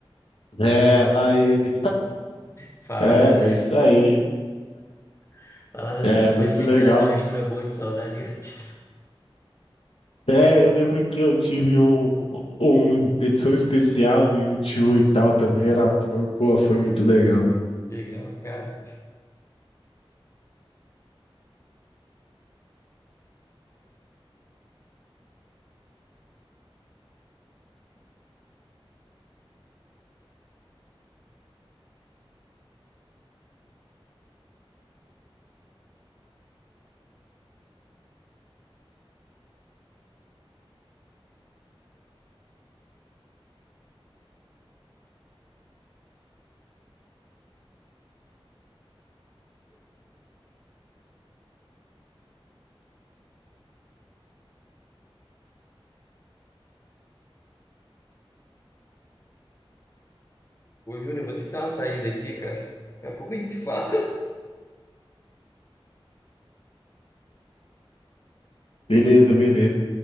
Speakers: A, on the left (about 80°); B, on the left (about 30°).
A: É, lá ele.
B: Falar,
A: É,
B: dessa-
A: é isso aí.
B: <laughs> falar dessas
A: É,
B: coisas
A: muito
B: sempre
A: legal.
B: traz uma mistura boa de saudade e gratidão.
A: É, eu lembro que eu tive um, um edição especial do YouTube e tal também, era, foi, pô, foi muito legal.
B: <laughs> Legal, cara. Ô, Júnior, eu vou ter que dar uma saída aqui, cara. Daqui a pouco a gente se fala.
A: Beleza, beleza.